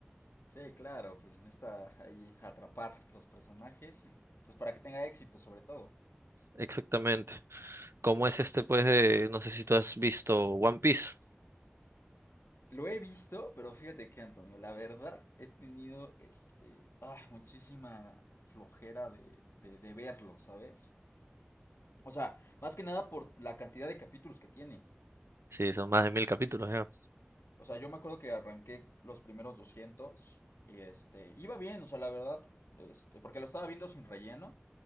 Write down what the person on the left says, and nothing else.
Sí, claro, pues necesita ahí atrapar los personajes y pues para que tenga éxito sobre todo.
Lo he visto, pero fíjate que, Antonio, la verdad he tenido este, ah, muchísima flojera de, de, de verlo, ¿sabes? O sea, más que nada por la cantidad de capítulos que tiene.
O sea, yo me acuerdo que arranqué los primeros 200 y este, iba bien, o sea, la verdad, este, porque lo estaba viendo sin relleno